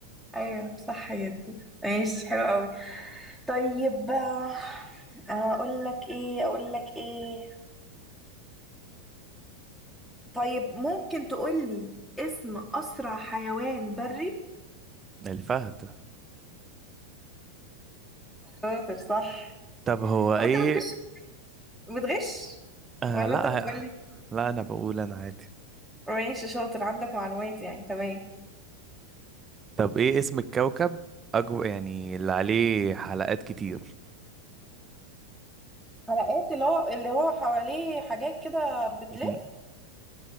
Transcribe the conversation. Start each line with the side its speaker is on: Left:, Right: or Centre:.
Centre: ايوه صح جدا ماشي حلو قوي طيب آه، اقول لك ايه اقول لك ايه طيب ممكن تقولي اسم أسرع حيوان بري؟
Right: الفهد
Centre: شاطر صح
Right: طب هو ايه
Centre: هو أنت بتغش بتغش
Right: آه
Centre: ولا
Right: لا
Centre: أنت بتقولي
Right: لا انا بقول انا عادي
Centre: ماشي شاطر عندك معلومات يعني تمام
Right: طب ايه اسم الكوكب اكبر يعني اللي عليه حلقات كتير
Centre: حلقات اللي هو اللي هو حواليه حاجات كده بتلف
Right: مم.